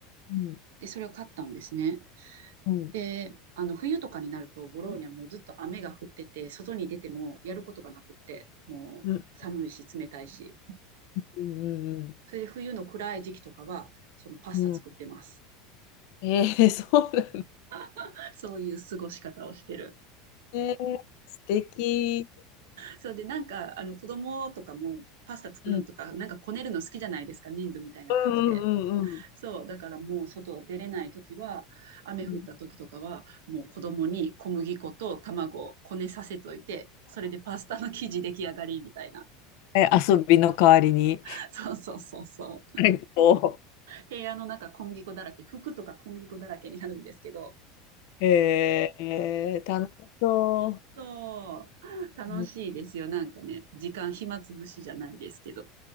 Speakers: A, on the left (about 55°); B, on the right (about 90°).
A: うん、
B: で、それを買ったんですね。
A: うん、
B: で、あの、冬とかになると、ボローニャもうずっと雨が降ってて、外に出てもやることがなくって、もう寒いし、
A: うん、
B: 冷たいし。
A: うん、うん
B: それで冬の暗い時期とかは、そのパスタ作ってます。
A: うん。うんえー、そうなんだ。
B: <laughs> そういう過ごし方をしてる。
A: えー、素敵。
B: そうで、なんか、あの、子供とかも、パスタ作るのとか、
A: うん、
B: なんかこねるの好きじゃないですか、粘土みたいな感じで。
A: うんうんうん
B: そう、だからもう外出れないときは、雨降ったときとかは、
A: うん。
B: もう子供に小麦粉と卵をこねさせといて、それでパスタの生地出来上がりみたいな。
A: え、遊びの代わりに。
B: <laughs> そうそうそうそ
A: 最高。
B: う。部屋の中小麦粉だらけ、服とか小麦粉だらけになるんですけど、
A: えー、えー楽しそ
B: そう、楽しいですよ、
A: う。うん
B: なんかね、時間暇つぶしじゃないですけど。